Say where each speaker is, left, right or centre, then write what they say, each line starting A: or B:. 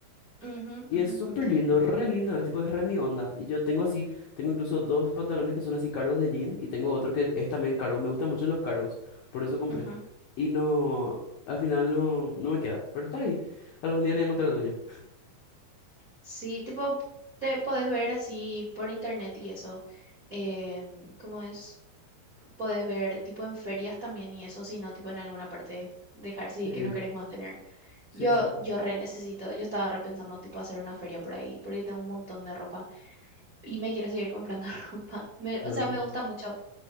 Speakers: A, on the right; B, on the left.
A: Ujú,
B: Y
A: ujú,
B: es súper
A: entiendo.
B: lindo, re lindo, es tipo, es re mi onda. Y yo tengo así, tengo incluso dos pantalones que son así cargos de jean y tengo otro que es también cargo. Me gustan mucho los cargos, por eso compré.
A: Ujú.
B: Y no, al final no, no me queda, pero está ahí. Algún día le voy a encontrar dueño.
A: Sí, tipo, te podés ver así por internet y eso. em, ¿cómo es? Podés ver tipo en ferias también y eso, si no, tipo en alguna parte dejar si
B: Sí,
A: es que no querés más tener.
B: sí,
A: Yo,
B: sí. sí,
A: yo re necesito, yo estaba repensando tipo hacer una feria por ahí, porque tengo un montón de ropa y me quiero seguir comprando <laughs> ropa. Me-
B: Yo...
A: o sea, me gusta mucho.